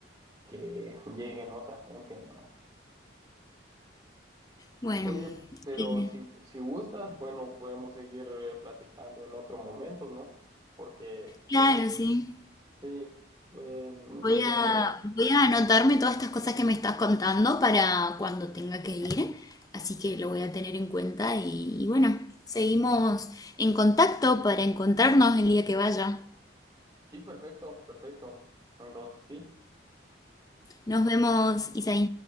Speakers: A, on the right; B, on the left.
A: que lleguen otra gente, ¿no?
B: Bueno,
A: Oye, pero
B: eh,
A: si, si gustas, bueno, podemos seguir eh, platicando en otro momento, ¿no? Porque
B: claro, sí.
A: sí, eh,
B: Voy
A: ya
B: a,
A: me...
B: voy a anotarme todas estas cosas que me estás contando para cuando tenga que ir, así que lo voy a tener en cuenta y, y bueno, seguimos en contacto para encontrarnos el día que vaya.
A: Sí, perfecto, perfecto. Entonces sí.
B: Nos vemos, Isaí.